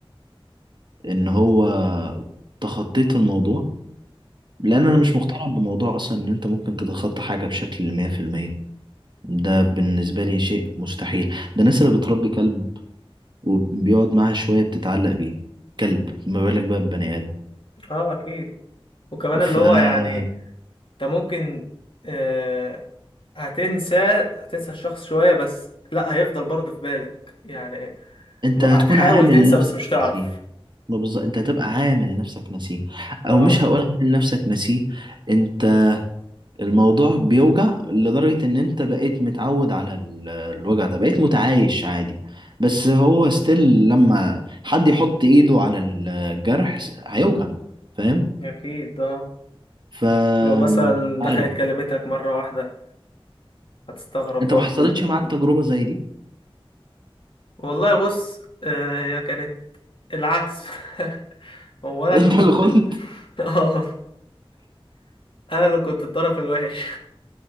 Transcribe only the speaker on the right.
ان هو تخطيت الموضوع لان
انا مش مقتنع بموضوع اصلا ان انت ممكن تتخطى حاجه بشكل 100% ده بالنسبه لي شيء مستحيل ده الناس اللي بتربي كلب وبيقعد معاها شويه بتتعلق بيه كلب ما بالك بقى ببني ادم
فانت
هتكون
عامل
نفسك
نسيه ما بالظبط انت هتبقى عامل نفسك نسيه
او مش هقول عامل نفسك نسيه انت الموضوع بيوجع لدرجة ان انت بقيت متعود على ال- الوجع ده بقيت متعايش عادي بس هو ستيل لما حد يحط ايده على الجرح س- هيوجع فاهم
ف
مش عارف
انت
ما حصلتش معاك تجربة زي دي
<laughs> انت
اللي كنت